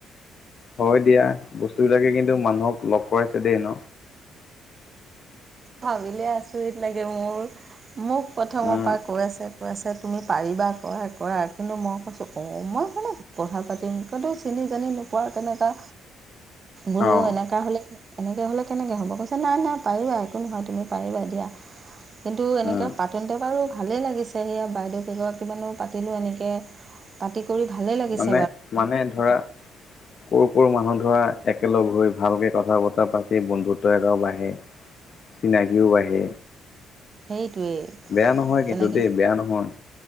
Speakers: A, on the left; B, on the right.
A: হয় দিয়া বস্তু বিলাকে কিন্তু মানুহক লগ কৰাইছে দেই ন
B: ভাবিলে আচৰিত লাগে মোৰ মোক প্ৰথমৰ
A: উম
B: পৰা কৈ আছে কৈছে তুমি পাৰিবা, কৰা, কৰা। কিন্তু মই কৈছোঁ অ, মই কিনো কথা পাতিম, কিন্তু চিনি জানি পোৱা কেনেকা, বোলো
A: অঁ
B: এনেকা হলে এনেকে হলে কেনেকে হ'ব? কৈছে নাই, নাই, পাৰিবা, একো নহয় তুমি পাৰিবা দিয়া কিন্তু এনেকৈ
A: উম
B: পাতোঁতে বাৰু ভালেই লাগিছে, সেয়া বাইদেউ কেইগৰাকীমানো পাতিলোঁ, এনেকৈ পাতি কৰি ভালেই লাগিছিল
A: মানে মানে ধৰা ক'ৰ ক'ৰ মানুহ ধৰা একেলগ হৈ ভালকৈ কথা বতৰা পাতি বন্ধুত্ব এটাও বাঢ়ে চিনাকিও বাহে
B: সেইটোৱেই
A: বেয়া নহয়
B: তেনেকৈ
A: কিন্তু দেই, বেয়া নহয়।